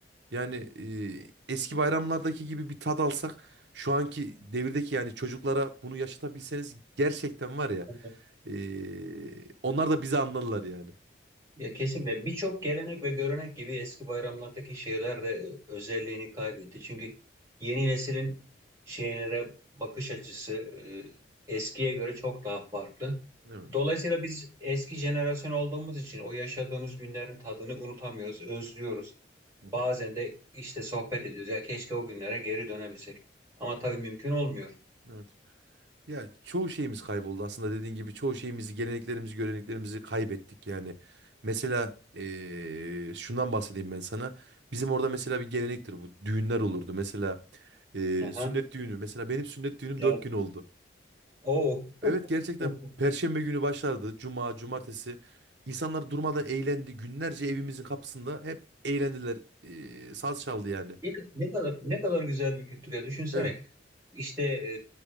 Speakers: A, on the right; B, on the right.
A: Yani eee, eski bayramlardaki gibi bir tat alsak şu anki devirdeki yani çocuklara bunu yaşatabilseniz gerçekten var ya
B: Aynen.
A: eee, onlar da bizi anlarlar yani.
B: Ya kesinlikle birçok gelenek ve görenek gibi eski bayramlardaki şeyler de e, özelliğini kaybetti. Çünkü yeni neslin şeylere bakış açısı e, eskiye göre çok daha farklı.
A: Evet.
B: Dolayısıyla biz eski jenerasyon olduğumuz için o yaşadığımız günlerin tadını unutamıyoruz, özlüyoruz.
A: Hı hı.
B: Bazen de işte sohbet ediyoruz. Ya keşke o günlere geri dönebilsek. Ama
A: Evet.
B: tabii mümkün olmuyor.
A: Evet. Ya çoğu şeyimiz kayboldu aslında dediğin gibi çoğu şeyimizi, geleneklerimizi, göreneklerimizi kaybettik yani. Mesela eee, şundan bahsedeyim ben sana. Bizim orada mesela bir gelenektir bu. Düğünler olurdu. Mesela eee,
B: Aha,
A: sünnet düğünü. Mesela benim sünnet düğünüm
B: evet.
A: dört gün oldu.
B: Oo. <laughs>
A: Evet gerçekten Perşembe günü başlardı. Cuma, cumartesi. İnsanlar durmadan eğlendi. Günlerce evimizin kapısında hep eğlendiler. Eee saz çaldı yani.
B: Ne, ne kadar ne kadar güzel bir kültür ya. Düşünsene
A: Evet.
B: işte e,